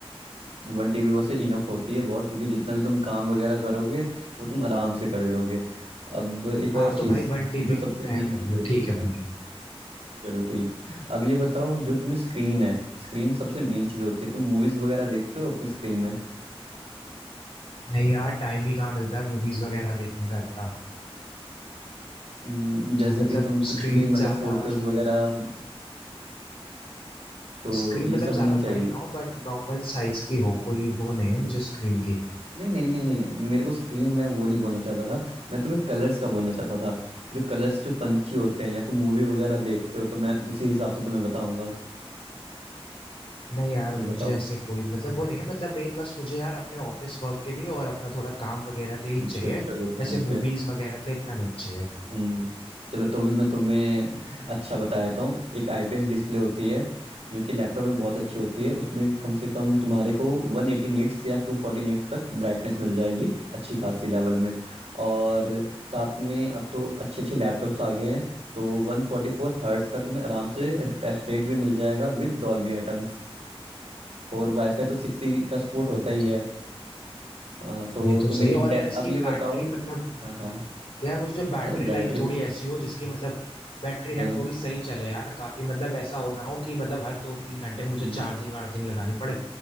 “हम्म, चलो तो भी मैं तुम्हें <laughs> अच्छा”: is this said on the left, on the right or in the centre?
Right